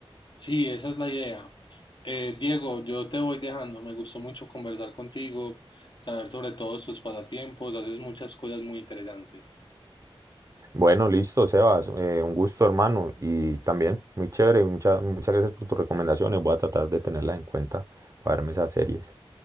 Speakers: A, on the left; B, on the right.
A: Sí, esa es la idea. Eh, Diego, yo te voy dejando. Me gustó mucho conversar contigo, saber sobre todos tus pasatiempos. Haces muchas cosas muy interesantes.
B: Bueno, listo, Sebas. eh, un gusto, hermano. Y también muy chévere. Muchas, muchas gracias por tus recomendaciones. Voy a tratar de tenerlas en cuenta para verme esas series.